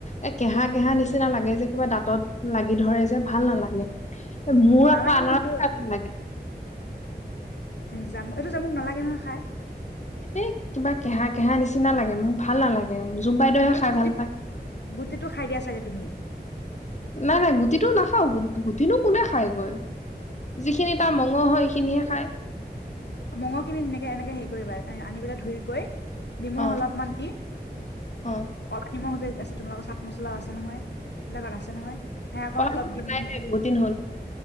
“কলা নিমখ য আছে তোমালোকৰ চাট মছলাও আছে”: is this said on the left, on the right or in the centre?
Left